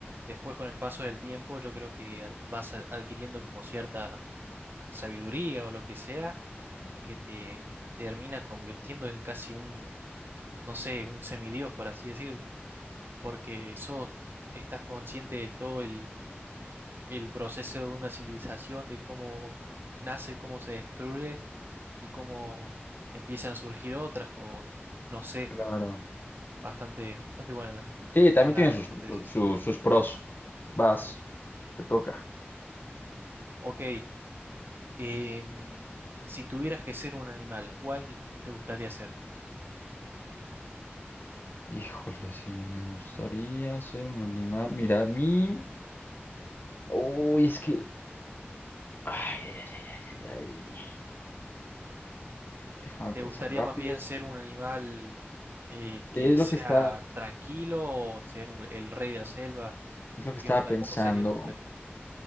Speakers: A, on the right; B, on the left.
A: después con el paso del tiempo yo creo que a- vas a- adquiriendo como cierta sabiduría o lo que sea que te termina convirtiendo en casi un, no sé, un semidios, por así decirlo, porque sos, estás consciente de todo el, el proceso de una civilización, de cómo nace, cómo se destruye y cómo empiezan a surgir otras o no sé
B: Claro.
A: Bastante, bastante buena la,
B: Sí, también
A: la
B: tiene sus,
A: hipótesis.
B: sus, sus, sus pros. Vas, te toca.
A: Ok, em, si tuvieras que ser un animal, ¿cuál te gustaría ser?
B: Híjole, sí, me gustaría ser un animal. Mira, a mí. Uy, es que. Ay, ay, ay, ay, ay, ay, ay. Déjame
A: ¿Te
B: pensar
A: gustaría
B: rápido.
A: más bien ser un animal eh,
B: Sí,
A: que
B: es lo
A: sea
B: que estaba,
A: tranquilo o ser u- el rey de la selva?
B: es lo que
A: ¿Qué
B: estaba
A: onda?
B: pensando.
A: ¿Cómo sería tu pen-